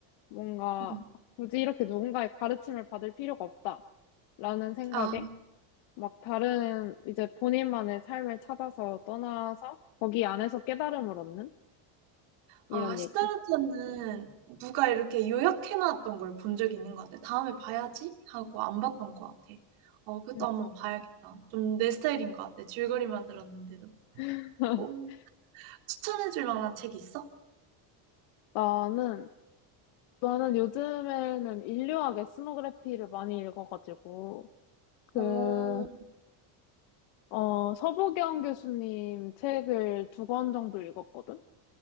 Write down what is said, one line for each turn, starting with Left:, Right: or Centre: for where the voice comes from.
Left: 뭔가
Right: 음.
Left: 굳이 이렇게 누군가의 가르침을 받을 필요가 없다라는 생각에
Right: 아.
Left: 막 다른 이제 본인만의 삶을 찾아서 떠나서 거기 안에서 깨달음을 얻는 이런
Right: 아 시타르타는
Left: 얘기.
Right: 누가 이렇게 요약해 놨던 걸 본 적이 있는 것 같아. '다음에 봐야지.' 하고 안 봤던 것 같아. 어 그것도
Left: 음.
Right: 한번 봐야겠다. 좀 내 스타일인 것 같아. 줄거리만 들었는데도.
Left: <laughs>
Right: 어 추천해 줄 만한 책 있어?
Left: 나는, 나는 요즘에는 인류학의 스노그래피를 많이 읽어가지고, 그,
Right: 어.
Left: 어, 서부경 교수님 책을 두 권 정도 읽었거든?